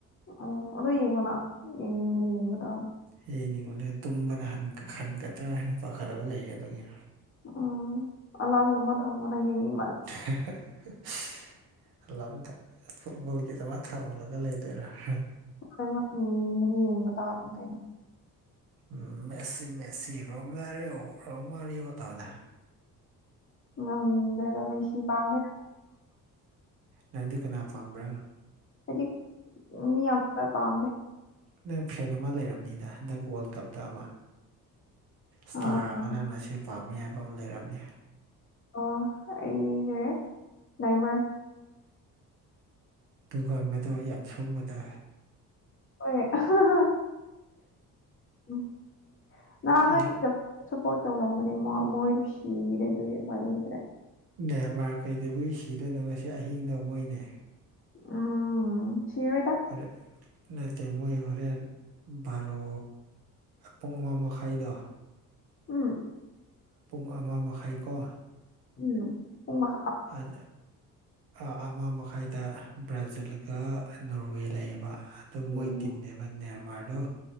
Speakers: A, on the left; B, on the right.
A: ꯑꯣ ꯑꯗꯨ ꯌꯦꯡꯉꯅꯥ ꯌꯦꯡꯉꯅꯤ ꯌꯦꯡꯕ ꯇꯥꯕ
B: ꯌꯦꯡꯅꯤꯡꯕꯅꯦ ꯇꯨꯝꯕꯅ ꯍꯥꯟ ꯍꯟꯒꯗ꯭ꯔꯥ ꯍꯥꯏꯅ ꯄꯥꯈꯠꯂꯒ ꯂꯩꯌꯦ ꯑꯗꯨꯒꯤ
A: ꯎꯝ ꯑꯂꯥꯝꯒꯨꯝꯕ ꯊꯥꯝꯃꯣꯅ ꯌꯦꯡꯅꯤꯡ
B: ꯍ ꯍ ꯍ ꯁ <unintelligible> ꯑꯦꯂꯥꯝ ꯊ ꯐꯨꯠꯕꯣꯜꯒꯤ ꯗꯃꯛ ꯊꯥꯎꯂꯒ ꯂꯩꯗꯣꯏꯔꯥ ꯍ
A: ꯀꯩꯅꯣ ꯌꯦꯡꯅꯤꯡꯉꯗꯤ ꯌꯦꯡꯕ ꯇꯥꯕꯅꯤ ꯀꯩꯅꯣ
B: ꯎꯝ ꯃꯦꯁꯤ ꯃꯦꯁꯤ ꯔꯣꯃꯥꯔꯤꯌꯣ ꯔꯣꯃꯥꯔꯤꯌꯣ ꯇꯧꯅ
A: ꯉꯝꯗꯔꯒ ꯃꯦꯁꯤ ꯄꯥꯝꯃꯦ
B: ꯅꯪꯗꯤ ꯀꯅꯥ ꯄꯥꯝꯕ꯭ꯔꯥ
A: ꯍꯧꯖꯤꯛ ꯃꯤ ꯑꯝꯇ ꯄꯥꯝꯗꯦ
B: ꯅꯪ ꯐꯦꯟ ꯑꯃ ꯂꯩꯔꯝꯅꯤꯗ ꯍꯟꯗꯛ ꯋꯥꯜ ꯀꯞꯇ ꯑꯃ ꯁ꯭ꯇꯥꯔ
A: ꯑꯥ
B: ꯑꯃꯅ ꯃꯁꯤ ꯄꯥꯝꯃꯦ ꯍꯥꯏꯕꯧ ꯂꯩꯔꯝꯃꯦ
A: ꯑꯣ ꯑꯩꯖꯦ ꯅꯦꯃꯔ
B: ꯇꯨꯒꯟꯕꯗꯣ ꯌꯥꯝ ꯁꯣꯟꯕꯗꯣ
A: ꯍꯣꯏ ꯑꯍ ꯍ ꯎꯝ ꯅꯍꯥꯟ
B: ꯀꯩꯅꯣ
A: ꯅꯣꯏ ꯁꯞꯄꯣꯔ꯭ꯠ ꯇꯧꯔꯝꯕꯅꯦ ꯃꯥ ꯃꯣꯏꯗꯣ ꯁꯤꯒ꯭ꯔꯦ ꯑꯗꯨꯒꯤ ꯎꯄꯥꯏ ꯂꯩꯇ꯭ꯔꯦ
B: ꯅꯦꯃꯥꯔ ꯀꯩꯗꯧꯕꯒꯤ ꯁꯤꯗꯣꯏꯅꯣ ꯉꯁꯤ ꯑꯍꯤꯡꯗꯣ ꯃꯣꯏꯅꯦ
A: ꯎꯝ ꯁꯤꯔꯣꯏꯗ
B: ꯍꯣꯔꯦ ꯅꯠꯇꯦ ꯃꯣꯏ ꯍꯣꯔꯦꯟ ꯕꯥꯔꯣ ꯄꯨꯡ ꯑꯃ ꯃꯈꯥꯏꯗꯣ
A: ꯎꯝ
B: ꯄꯨꯡ ꯑꯃ ꯃꯈꯥꯏꯀꯣ
A: ꯎꯝ ꯄꯨꯡꯃ
B: ꯑꯟ ꯑ ꯑ ꯃ ꯃꯈꯥꯏꯗ ꯕ꯭ꯔꯥꯖꯤꯜꯒ ꯅꯣꯔꯋꯦ ꯂꯩꯌꯦꯕ ꯑꯗꯨ
A: ꯍꯣꯏ
B: ꯃꯣꯏ ꯇꯤꯝꯅꯦꯕ ꯅꯦꯟꯃꯥꯔꯗꯣ